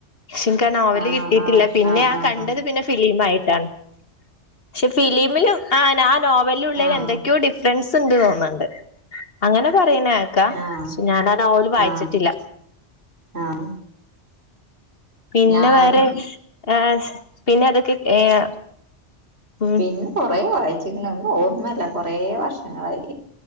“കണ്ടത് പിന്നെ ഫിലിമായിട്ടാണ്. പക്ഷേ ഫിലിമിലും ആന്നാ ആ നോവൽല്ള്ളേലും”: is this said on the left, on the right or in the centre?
Left